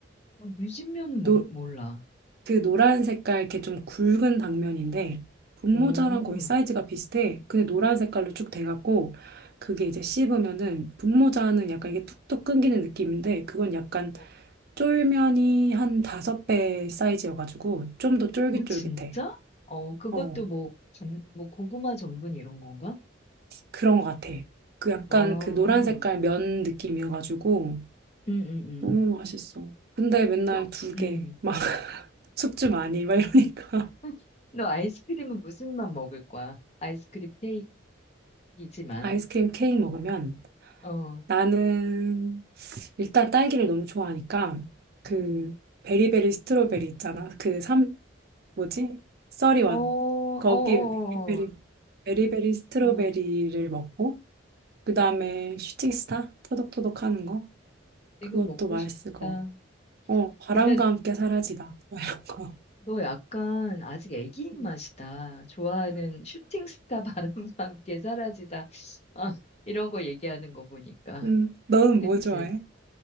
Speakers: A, on the left (about 35°); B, on the right (about 50°).
A: 유진면은 못-
B: 노,
A: 몰라.
B: 그 노란 색깔 이렇게 좀 굵은 당면인데 분모자랑
A: 어,
B: 거의 사이즈가 비슷해. 근데 노란 색깔로 쭉 돼갖고 그게 이제 씹으면은 분모자는 약간 이게 툭툭 끊기는 느낌인데 그건 약간
A: 어,
B: 쫄면이 한 다섯 배 사이즈여가지고 좀 더 쫄깃쫄깃해.
A: 어, 진짜? 어, 그것도
B: 어
A: 뭐, 전, 뭐 고구마 전분 이런 건가?
B: 그런 것 같아. 그 약간
A: 아,
B: 그 노란 색깔 면 느낌이어가지고
A: 응, 응, 응.
B: 너무 맛있어. 근데 맨날
A: 너,
B: 두
A: 응.
B: 개, 막 <laughs> 숙주 많이, 막 이러니까
A: <laughs>
B: <laughs>
A: 너 아이스크림은 무슨 맛 먹을 거야? 아이스크림 케이크? 이지만,
B: 아이스크림 케이크 먹으면
A: 어,
B: 나는 일단 딸기를 너무 좋아하니까 그
A: 음,
B: 베리베리 스트로베리 있잖아. 그 삼, 뭐지? 써리원.
A: 어, 어,
B: 거기에
A: 어,
B: 베리베리, 베리베리 스트로베리를
A: 어, 어.
B: 먹고 그다음에 슈팅스타 터덕터덕 하는 거.
A: 지금
B: 그것도
A: 먹고
B: 맛있을
A: 싶다.
B: 것 같고. 어, 바람과
A: 근데
B: 함께 사라지다. <laughs> 막 이런 거.
A: 너 약간 아직 애기 입맛이다.
B: 음,
A: 좋아하는 슈팅스타 바람과 <laughs> 함께 사라지다. 아, 이런 거 얘기하는 거 보니까.
B: 음. 너는
A: 그치?
B: 뭐 좋아해?